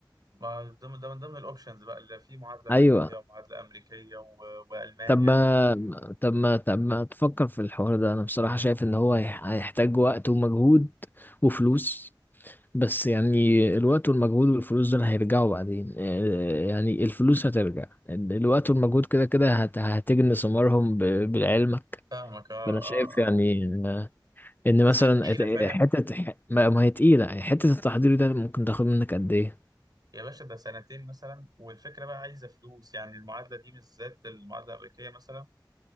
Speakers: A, on the right (about 55°); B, on the left (about 25°).
A: ما ده من ده من ضمن الاوبشنز بقى اللي في معادلة بريطانية
B: ايوه
A: ومعادلة أمريكية و- وألمانيا
B: طب ما
A: و-
B: طب ما طب ما تفكر في الحوار ده انا بصراحه شايف ان هو هيح- هيحتاج وقت ومجهود وفلوس بس يعني الوقت والمجهود والفلوس دول هيرجعوا بعدين آه، يعني الفلوس هترجع ال- الوقت والمجهود كده كده هت- هتجني ثمارهم ب- بعلمك
A: فاهمك اه
B: فأنا
A: اه
B: شايف يعني
A: اه
B: آه، إن
A: بس
B: مثلا
A: هي الحيرة
B: ات-
A: فاهم
B: حتة ح- ما ما هي تقيلة يعني حتة التحضير ده ممكن تاخد منك قد إيه؟
A: يا باشا ده سنتين مثلا والفكرة بقى عايزة فلوس يعني المعادلة دي بالذات المعادلة الأمريكية مثلا